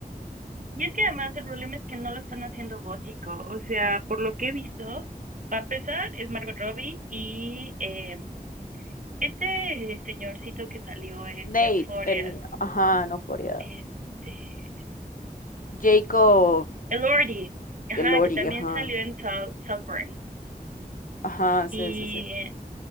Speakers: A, on the right (about 55°); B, on the left (about 60°).
A: Y es que además el problema es que no lo están haciendo gótico. O sea, por lo que he visto, para empezar, es Margot Robbie y eh, este eh, señorcito que salió en
B: Nate,
A: Euphoria,
B: en, ajá, no fuera.
A: este,
B: Jacob,
A: Elordi, ajá,
B: el Lori,
A: que también
B: ajá.
A: salió en Sou- Southburn.
B: Ajá,
A: Y
B: sí, sí, sí.
A: eh,